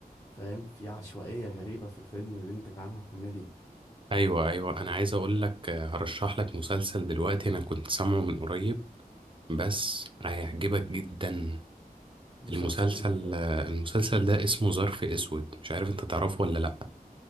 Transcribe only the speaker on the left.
فاهم في عشوائية غريبة في الفيلم بينتج عنها كوميديا
مسلسل
ايه